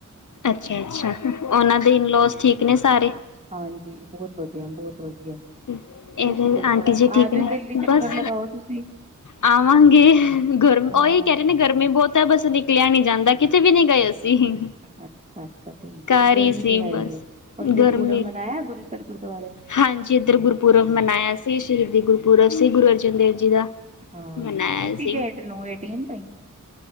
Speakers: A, on the left; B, on the right.
A: ਅੱਛਾ ਅੱਛਾ, ਉਹਨਾਂ ਦੇ ਇਨ ਲੋਸ ਠੀਕ ਨੇ ਸਾਰੇ।
B: ਹਾਂਜੀ ਬਹੁਤ ਵਧੀਆ ਬਹੁਤ ਵਧੀਆ।
A: ਇਹਦੇ
B: ਤੁਸੀਂ ਦੱਸੋ
A: ਆਂਟੀ ਜੀ ਠੀਕ
B: ਆ ਜੋ
A: ਨੇ
B: ਦਿੱਲੀ ਚੱਕਰ
A: ਬਸ
B: ਲਗਾਓ ਤੁਸੀਂ।
A: ਆਵਾਂਗੇ ਗਰਮ
B: ਹਾਂ
A: ਉਹੀ ਕਹਿ ਰਹੇ ਨੇ ਗਰਮੀ ਬਹੁਤ ਹੈ ਬਸ ਨਿਕਲਿਆ ਨੀ ਜਾਂਦਾ ਕਿਤੇ ਵੀ ਨੀ ਗਏ ਅਸੀਂ।
B: ਅੱਛਾ- ਅੱਛਾ, ਠੀਕ-
A: ਘਰ
B: ਠੀਕ ਗਰਮੀ
A: ਹੀ ਸੀ
B: ਤੇ ਹੈ ਹੀ
A: ਬਸ
B: ਹੈ। ਹੋਰ ਗੁਰਪੁਰਬ
A: ਗਰਮੀ
B: ਮਨਾਇਆ ਗੁਰੂ ਸਰ ਗੁਰਦੁਆਰੇ।
A: ਹਾਂਜੀ ਇੱਧਰ ਗੁਰਪੁਰਬ ਮਨਾਇਆ ਸੀ ਸ਼ਹੀਦੀ ਗੁਰਪੁਰਬ ਸੀ ਗੁਰੂ ਅਰਜਨ ਦੇਵ ਜੀ ਦਾ।
B: ਹਾਂ
A: ਮਨਾਇਆ
B: ਉਸੀ
A: ਸੀ
B: ਡੇਟ ਨੂੰ ਏਟੀਨ ਤੋਂ ਹੀ।